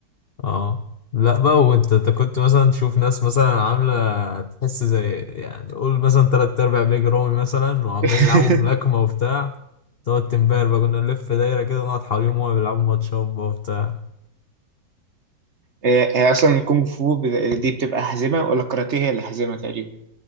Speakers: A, on the left; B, on the right.
A: اه لا بقى وانت انت كنت مثلا تشوف ناس مثلا عاملة تحس زي يعني قول مثلا تلات أرباع بيج رومي مثلا وعمالين
B: <laughs>
A: يلعبوا ملاكمة وبتاع تقعد تنبهر بقى كنا نلف دايرة كده نقعد حواليهم وهما بيلعبوا ماتشات بقى وبتاع
B: هي هي اصلا الكونغ فو ب- دي بتبقى حزمه ولا الكاراتيه هي اللي حزمه تقريبا